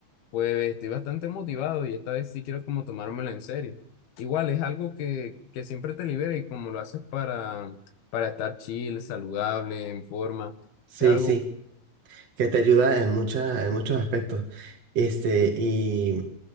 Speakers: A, on the left (about 85°); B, on the right (about 45°).
A: pues estoy bastante motivado y esta vez sí quiero como tomármelo en serio. Igual es algo que, que siempre te libera y como lo haces para, para estar chill, saludable, en forma,
B: Sí,
A: es algo...
B: sí. que te ayuda en muchas, en muchos aspectos. Este, y,